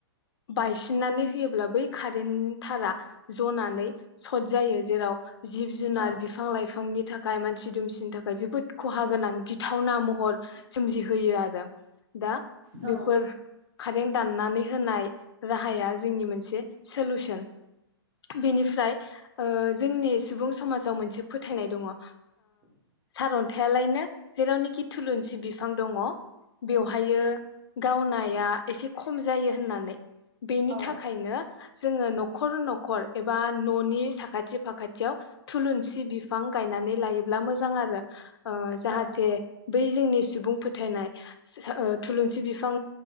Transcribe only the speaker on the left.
बायसिननानै होयोब्ला बै कारेननि थारा जनानै सट जायो जेराव जिब-जुनार,
बिफां-लाइफांनि थाखाय मानसि-दुमसिनि थाखाय जोबोद खहा, गोनां गिथावना महर सोमजिहोयो आरो। दा
बेफोर कारें दाननानै होनाय राहाया जोंनि मोनसे सोलुसन बेनिफ्राय ओ जोंनि सुबुं समाजाव मोनसे फोथायनाय दङ ओ सार अन थायालायनो जेरावनोखि थुलुनसि बिफां दङ बेवहायो गावनाया एसे खम जायो होननानै। बेनि
थाखायनो जोङो न'खर नख खर एबा न'नि साखाथि फाखाथियाव थुलुनसि बिफां गायनानै लायोब्ला मोजां आरो। ओ जाहाथे
बै जोंनि सुबुं फोथायनाय ओ थुलुनसि बिफां